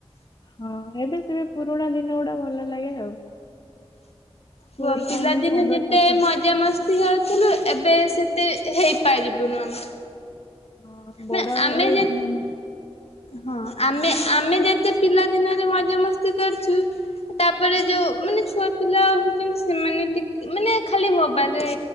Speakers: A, on the left; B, on the left.
A: ହଁ ଏବେ ସେବେ ପୁରୁଣା ଦିନ ଗୁଡା ଭଲ ଲାଗେ ଆଉ ସ୍କୁଲ
B: ହଁ ପିଲାଦିନେ
A: ଟାଇମ ସାଙ୍ଗସାଥି
B: ଯେତେ ମଜା ଯେତେ ମଜା ମସ୍ତି ହଉଥିଲୁ ଏବେ ସେତେ ହେଇପାରିବୁନୁ ଆମେ
A: ହଁ ବଡ
B: ନା
A: ହେଲେ
B: ଆମେ ଯେ
A: ମାନେ
B: ହଁ ଆମେ ଆମେ ଯେତେ ପିଲା ଦିନରେ ମଜା ମସ୍ତି କରିଛୁ ତାପରେ ଯୋଉ ମାନେ ଛୁଆ ପିଲା ହଉଛନ୍ତି ସେମାନେ ଟିକେ ମାନେ ଖାଲି ମୋବାଇଲରେ